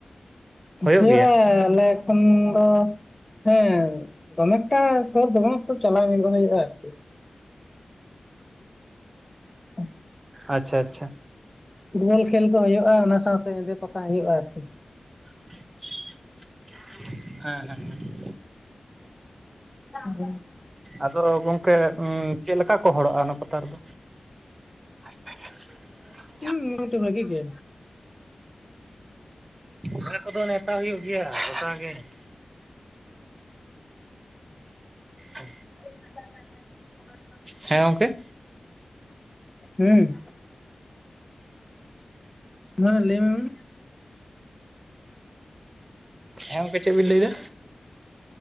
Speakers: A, on the right; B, on the left.
A: ᱦᱩᱭᱩᱜ
B: ᱦᱳᱭᱳᱜᱼᱟ
A: ᱜᱮᱭᱟ
B: ᱟᱞᱮᱠ ᱠᱷᱚᱱ ᱫᱚ ᱦᱮᱸ ᱫᱚᱢᱮ ᱮᱠᱴᱟ ᱥᱳᱨ ᱫᱚ ᱵᱟᱝ ᱮᱠᱴᱩ ᱪᱟᱞᱟᱣ ᱧᱚᱸᱜ-ᱚᱜ ᱦᱩᱭᱩᱜᱼᱟ ᱟᱨᱠᱤ᱾ <inaudible>
A: ᱟᱪᱪᱷᱟ ᱟᱪᱪᱷᱟ᱾
B: ᱯᱷᱩᱴ ᱵᱚᱞ ᱠᱷᱮᱞ ᱠᱚ ᱦᱳᱭᱳᱜᱼᱟ᱾ ᱚᱱᱟ ᱥᱟᱶ ᱛᱮ ᱮᱸᱫᱮ ᱯᱟᱛᱟ ᱦᱩᱭᱩᱜᱼᱟ ᱟᱨᱠᱤ᱾
A: ᱦᱮᱸ ᱦᱮᱸ ᱦᱮᱸ᱾
B: <inaudible>
A: ᱟᱫᱚ ᱜᱚᱝᱠᱮ ᱩᱸ ᱪᱮᱫ ᱞᱮᱠᱟ ᱠᱚ ᱦᱚᱲᱚᱜᱼᱟ ᱚᱱᱟ ᱯᱟᱛᱟ ᱨᱮᱫᱚ? <inaudible>
B: ᱦᱩᱸ ᱢᱚᱴᱟ-ᱢᱩᱴᱤ ᱵᱷᱟᱹᱜᱮ ᱜᱮ᱾
A: ᱯᱮᱲᱟ ᱠᱚᱫᱚ ᱱᱮᱣᱛᱟ ᱦᱳᱭᱳᱜ ᱜᱮᱭᱟ ᱜᱚᱴᱟ ᱜᱮ ᱾ ᱚ᱾
B: <unintelligible>
A: ᱦᱮᱸ ᱜᱚᱝᱠᱮ?
B: ᱦᱩᱸ᱾ ᱡᱟᱸᱦᱟᱱᱟᱜ ᱞᱟᱹᱭ ᱢᱮ ᱢᱟ᱾
A: ᱦᱮᱸ ᱜᱚᱝᱠᱮ ᱪᱮᱫ ᱵᱤᱱ ᱞᱟᱹᱭ ᱫᱟ?